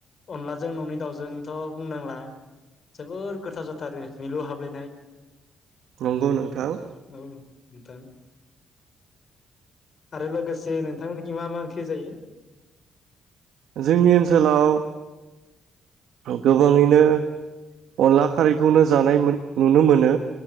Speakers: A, on the left; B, on the right.
A: अनलाजों न'नि दाउजोंथ' बुंनांला जोबोर गोथाव जाथारो मिलु हाबलायनाय
B: नोंगौ नोंथां
A: औ नोंथां आरो लोगोसे नोंथांमोननिखि मा मा ओंख्रि जायो
B: जोंनि ओनसोलाव गोबाङैनो अनला खारैखौनो जानाय मोन नुनो मोनो